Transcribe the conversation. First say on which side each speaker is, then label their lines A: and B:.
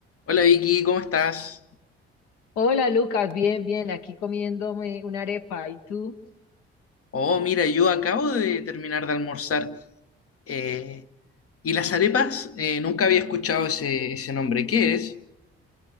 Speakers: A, on the left; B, on the left.
A: Hola Vicky, ¿cómo estás?
B: Hola Lucas, bien, bien, aquí comiéndome una arepa. ¿Y tú?
A: Oh, mira, yo acabo de terminar de almorzar. Eh, ¿y las arepas? Eh, nunca había escuchado ese, ese nombre. ¿Qué es?